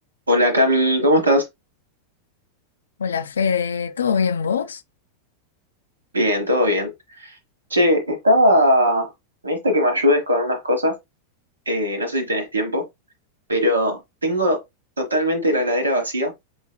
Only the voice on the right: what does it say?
Hola Cami, ¿cómo estás?
Bien, todo bien. Che, estaba... Necesito que me ayudes con unas cosas. Eh, no sé si tenés tiempo, pero tengo totalmente la heladera vacía